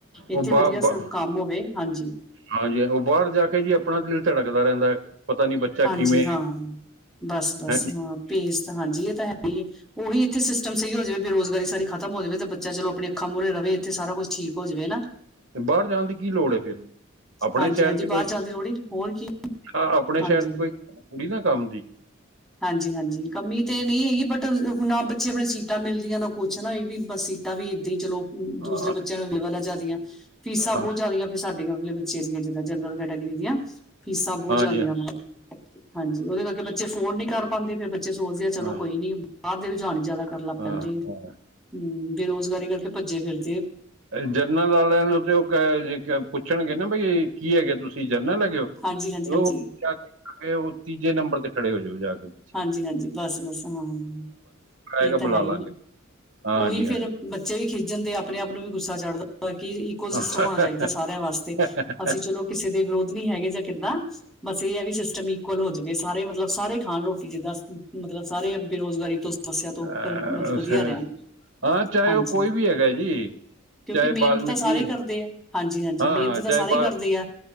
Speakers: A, on the right; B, in the centre.
A: ਉਹ
B: ਇੱਥੇ ਵਧੀਆ
A: ਬਾ
B: ਕੰਮ ਹੋਵੇ ਹਾਂਜੀ।
A: ਹਾਂਜੀ ਉਹ ਬਾਹਰ ਜਾ ਕੇ ਜੀ ਆਪਣਾ ਦਿਲ ਧੜਕਦਾ ਰਹਿੰਦਾ ਪਤਾ ਨੀ ਬੱਚਾ
B: ਹਾਂਜੀ
A: ਕਿਵੇਂ
B: ਹਾਂ ਬਸ ਬਸ
A: ਹੈ।
B: ਹਾਂ ਭੇਸ ਤਾਂ ਹਾਂਜੀ ਇਹ ਤਾਂ ਹੈ ਹੀ ਉਹੀ ਇੱਥੇ। ਸਿਸਟਮ ਸਹੀ ਹੋ ਜਾਵੇ ਬੇਰੋਜ਼ਗਾਰੀ ਸਾਰੀ ਖਤਮ ਹੋ ਜਾਵੇ ਤੇ ਬੱਚਾ ਚਲੋ ਆਪਣੇ ਅੱਖਾਂ ਮੁਹਰੇ ਰਹਵੇ ਇੱਥੇ ਸਾਰਾ ਕੁਝ ਠੀਕ ਹੋ ਜਾਵੇ ਹਨਾ।
A: ਤੇ ਬਾਹਰ ਜਾਣ ਦੀ ਕੀ ਲੋੜ ਹੈ ਫਿਰ, ਆਪਣੇ
B: ਹਾਂਜੀ
A: ਸ਼ਹਿਰ
B: ਹਾਂਜੀ
A: ਚ ਕੋਈ
B: ਬਾਹਰ ਜਾਣ ਦੀ ਲੋੜ ਹੀ ਨਹੀਂ। ਹੋਰ ਕੀ
A: ਆਪਣੇ
B: ਹਾਂਜੀ
A: ਸ਼ਹਿਰ ਚ ਕੋਈ ਕੁੜੀ ਨਾ ਕੰਮ ਦੀ।
B: ਹਾਂਜੀ, ਹਾਂਜੀ ਕਮੀ ਤੇ ਨਈ ਹੈਗੀ ਬਟ ਨਾ ਬੱਚੇ ਆਪਨੇ ਸੀਟਾਂ ਮਿਲਦੀਆਂ, ਨਾ ਕੋਛ ਨਾ ਏਡੀ ਬਸ ਈ ਤਾਂ ਵੀ ਇਦਾਂ ਈ ਚਲੋ
A: ਹਾਂ
B: ਦੂਸਰੇ ਬੱਚਿਆਂ ਨੂੰ <unintelligible> ਲਾ ਜ਼ਿਆਦੀਆਂ ਫੀਸਾਂ
A: ਹਾਂ,
B: ਬਹੁਤ ਜ਼ਿਆਦੀਆਂ, ਫਿਰ ਸਾਡੇ ਆਪਲੇ ਬੱਚੇ ਦੀਆਂ ਜਿੱਦਾਂ ਜਨਰਲ ਕੈਟੇਗਰੀ ਦੀਆਂ, ਫੀਸਾਂ ਬਹੁਤ
A: ਹਾਂਜੀ
B: ਜ਼ਿਆਦੀਆਂ ਵਾ। ਹਾਂਜੀ, ਉਹਦੇ ਕਰਕੇ ਬੱਚੇ ਅਫੋਰਡ ਨਹੀਂ ਕਰ ਪਾਉਂਦੇ, ਫਿਰ ਬੱਚੇ ਸੋਚਦੇ ਆ, ਚਲੋ
A: ਹਾਂ
B: ਕੋਈ ਨਹੀਂ। ਬਾਹਰ ਦੇ ਰੁਝਾਨ ਜਿਆਦਾ ਕਰਨ ਲੱਗ
A: ਹਾਂ
B: ਪੈਂਦੇ
A: ਹਾਂ।
B: ਹੈ ਹ ਬੇਰੋਜਗਾਰੀ ਕਰਕੇ ਭੱਜੇ ਫਿਰਦੇ ਆ।
A: ਜਰਨਲ ਵਾਲਿਆਂ ਨੂੰ ਤੇ ਉਹ ਕ ਪੁੱਛਣਗੇ ਨਾ ਬਈ ਕੀ ਹੈਗੇ ਤੁਸੀਂ ਜਰਨਲ ਹੈਗੇ ਹੋ।
B: ਹਾਂਜੀ ਹਾਂਜੀ
A: ਲੋ
B: ਹਾਂਜੀ
A: ਚੱਕ ਕੇ ਉਹ ਤੀਜੇ ਨੰਬਰ ਤੇ ਖੜੇ ਹੋਜਾਓ ਜਾ ਕੇ। ਪਿੱਛੇ
B: ਹਾਂਜੀ ਹਾਂਜੀ ਬਸ ਬਸ ਹਾਂ ਹਾਂ
A: ਆਏਗਾ
B: ਇਹ ਤਾਂ
A: ਬੁਲਾ
B: ਹੈ ਹੀ
A: ਲਾਂਗੇ
B: ਆ
A: ਹਾਂਜੀ
B: ਉਹੀ ਫੇਰ। ਬੱਚੇ ਵੀ ਖਿੱਜ ਜਾਂਦੇ ਆਪਣੇ ਆਪ ਨੂੰ ਵੀ ਗੁੱਸਾ ਚੜ੍ਹਦਾ ਕੀ ਇਕੋ
A: ਹਾਂਜੀ
B: ਸਿਸਟਮ ਹੋਣਾ ਚਾਹੀਦਾ ਸਾਰਿਆਂ ਵਾਸਤੇ।
A: ਹਾਂ
B: ਅਸੀਂ ਚਲੋ ਕਿਸੇ ਦੇ ਵਿਰੋਧ ਨਹੀਂ ਹੈਗੇ ਜਾਂ ਕਿੱਦਾਂ ਬਸ ਇਹ ਹੈ ਵੀ ਸਿਸਟਮ ਹੀ, ਕੋਲ ਹੋ ਜਾਵੇ ਸਾਰੇ ਮਤਲਬ ਸਾਰੇ ਖਾਣ ਰੋਟੀ ਜਿੱਦਾਂ। ਮਤਲਬ ਸਾਰੇ ਬੇਰੁਜ਼ਗਾਰੀ ਤੋਂ ਸਮੱਸਿਆ ਤੋਂ
A: ਅਹ,
B: ਉੱਪਰ ਮਤਲਬ ਵੱਧੀਆ ਰਹਿਣ।
A: ਹਾਂ ਚਾਹੇ
B: ਹਾਂਜੀ
A: ਉਹ ਕੋਈ ਵੀ ਹੈਗਾ ਜੀ।
B: ਕਿਉਂਕਿ
A: ਚਾਹੇ
B: ਮਿਹਨਤ
A: ਬਾਲਮੀਕੀ
B: ਤਾਂ ਸਾਰੇ ਹੀ ਕਰਦੇ ਆ, ਹਾਂਜੀ ਹਾਂਜੀ
A: ਹਾਂ
B: ਮਿਹਨਤ
A: ਹਾਂ
B: ਤਾਂ
A: ਚਾਹੇ
B: ਸਾਰੇ ਹੀ
A: ਬਾ
B: ਕਰਦੇ ਆ।